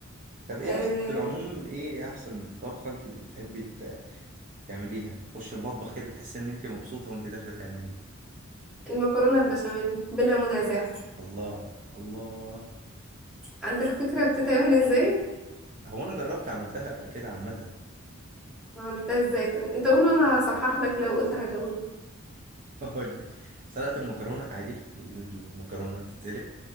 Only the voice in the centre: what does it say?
آه
المكرونة البشاميل بلا منازع
عندك فكرة بتتعمل ازاي
عملتها ازاي طيب انت قول وانا هصحح لك لو قلت حاجة غلط